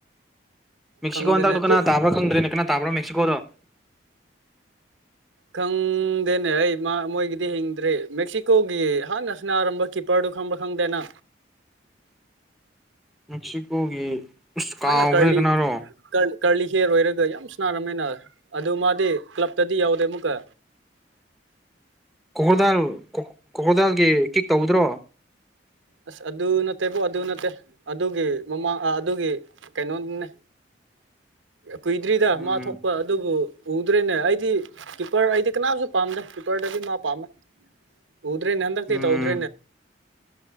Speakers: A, in the centre; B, on the right.
A: ꯃꯦꯛꯁꯤꯀꯣ
B: ꯈꯪꯗꯅꯦ
A: ꯍꯟꯗꯇꯨ
B: ꯑꯗꯨ
A: ꯀꯅꯥ ꯇꯥꯕ꯭ꯔ ꯈꯪꯗ꯭ꯔꯦꯅꯦ ꯀꯅꯥ ꯇꯥꯕ꯭ꯔꯥ ꯃꯦꯛꯁꯤꯀꯣꯗꯣ
B: ꯈꯪꯗꯦꯅꯦ ꯑꯩ ꯃꯥ ꯃꯣꯏꯒꯤꯗꯤ ꯍꯤꯡꯗ꯭ꯔꯦ ꯃꯦꯛꯁꯤꯀꯣꯒꯤ ꯍꯥꯟꯅ ꯁꯅꯥꯔꯝꯕ ꯀꯤꯞꯄꯔꯗꯨ ꯈꯪꯕ꯭ꯔꯥ ꯈꯪꯗꯦꯅ
A: ꯃꯦꯛꯁꯤꯀꯣꯒꯤ ꯑꯁ ꯀꯥꯎꯈ꯭ꯔꯦ
B: ꯍꯥꯟꯅ ꯀꯔꯂꯤ
A: ꯀꯅꯥꯔꯣ
B: ꯀꯔꯂꯤ ꯍꯤꯌꯔ ꯑꯣꯏꯔꯒ ꯌꯥꯝ ꯁꯅꯥꯔꯝ ꯅꯣꯏꯅ ꯑꯗꯨ ꯃꯥꯗꯤ ꯀ꯭ꯂꯞꯇꯗꯤ ꯌꯥꯎꯗꯦ ꯑꯃꯨꯛꯀ
A: ꯀꯣꯀꯣꯔꯗꯥꯜ ꯀꯣꯀꯣꯔꯗꯥꯜꯒꯤ ꯀꯤꯛ ꯇꯧꯗ꯭ꯔꯣ
B: ꯑꯁ ꯑꯗꯨ ꯅꯠꯇꯦꯕꯣ ꯑꯗꯨ ꯅꯠꯇꯦ ꯑꯗꯨꯒꯤ ꯃꯃꯥꯡ ꯑ ꯑꯗꯨꯒꯤ ꯀꯩꯅꯣꯗꯨꯅꯦ ꯀꯨꯏꯗ꯭ꯔꯤꯗ
A: ꯎꯝ
B: ꯃꯥ ꯊꯣꯛꯄ ꯑꯗꯨꯕꯨ ꯎꯗ꯭ꯔꯦꯅꯦ ꯑꯩꯗꯤ ꯀꯤꯞꯄꯔ ꯑꯩꯗꯤ ꯀꯅꯥꯝꯁꯨ ꯄꯥꯝꯗꯦ ꯀꯤꯞꯄꯔꯗꯗꯤ ꯃꯥ ꯄꯥꯝꯃꯦ ꯎꯗ꯭ꯔꯦꯅꯦ ꯍꯟꯗꯛꯇꯤ
A: ꯎꯝ
B: ꯇꯧꯗ꯭ꯔꯦꯅꯦ